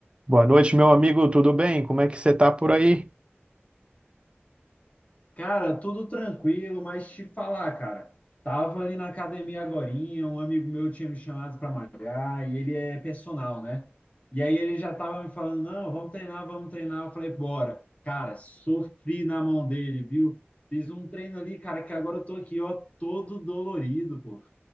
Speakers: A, on the right; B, on the left.
A: Boa noite, meu amigo, tudo bem? Como é que você tá por aí?
B: Cara, tudo tranquilo, mas te falar, cara, tava ali na academia agorinha, um amigo meu tinha me chamado para malhar e ele é personal, né? E aí ele já tava me falando, não, vamos treinar, vamos treinar. Eu falei, bora. Cara, sofri na mão dele, viu? Fiz um treino ali, cara, que agora eu tô aqui, ó, todo dolorido, pô.